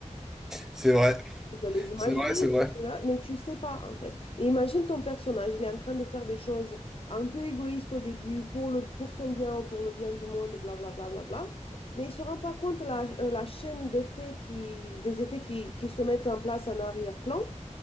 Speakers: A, in the centre; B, on the left.
A: C'est vrai,
B: Tu peux les imaginer,
A: c'est vrai, c'est vrai.
B: tu sais là, mais tu sais pas en fait. Et imagine ton personnage, il est en train de faire des choses un peu égoïstes au début pour le, pour son bien ou pour le bien du monde, blablabla, bla, bla, bla, bla. Mais il se rend pas compte la, euh, la chaîne d'effets qui, des effets qui, qui se mettent en place en arrière-plan